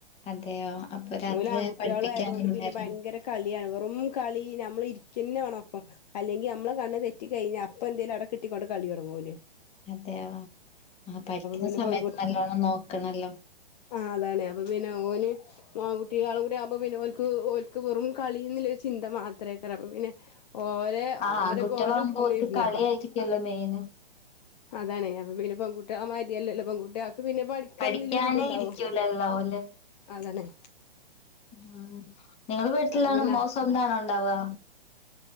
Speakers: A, on the left (about 20°); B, on the left (about 45°).
A: അതെയോ അപ്പൊ രാത്രി
B: ഓല് ആൺകുട്ട്യാളായത്
A: പഠിപ്പിക്കാനിരുന്നായിരുന്നു
B: കൊണ്ട് പിന്നെ ഭയങ്കര കളിയാ വെ റും കളി ഞമ്മള് ഇരിക്കെന്നെ വേണം ഒപ്പം അല്ലെങ്കി അമ്മളെ കണ്ണ് തെറ്റിക്കഴിഞ്ഞാ അപ്പൊ എന്തേലും ആടെ കിട്ടിക്കൊണ്ട് കളി തൊടങ്ങോല്
A: അതേയൊ ആഹ് പഠിക്കിന്ന
B: പിന്നെ
A: സമയത്ത്
B: പെൺകുട്ടി
A: നല്ലോണം നോക്കണല്ലോ
B: ആഹ് അതാണ് അപ്പൊ പിന്നെ ഓന് ആൺകുട്ടികളൂടി ആവുമ്പ പിന്നെ ഓൽക്ക് ഓൽക്ക് വെറും കളീന്നില്ലെ ചിന്ത മാ ത്രേക്കാരം അപ്പ പിന്നെ ഓരെ
A: ആഹ് ആൺകുട്ടികളാകുമ്പോ
B: ഓന്റെ ഓന്റൊപ്പം
A: ഓൽക്ക്
B: ഇങ്ങെ ഇരുന്നൊട്ക്കാ
A: കളിയായിരിക്കല്ലോ മെയിന്
B: അതാണെ അപ്പൊ പിന്നെ പെൺകുട്ട്യാളെ മാര്യയല്ലല്ലോ പെൺകുട്ട്യാ ക്ക് പിന്നെ പഠിക്കണംന്ന്ല്ല
A: പഠിക്കാന്
B: ഒരു ഇത്ണ്ടാവു
A: ഇരിക്കൂലല്ലോ ഓല്
B: അതാണെ
A: ഉം നിങ്ങള് വീട്ട്ലാണോ
B: അപ്പൊ പിന്നെ
A: മോൻ സ്വന്താണോ ഇണ്ടാവാ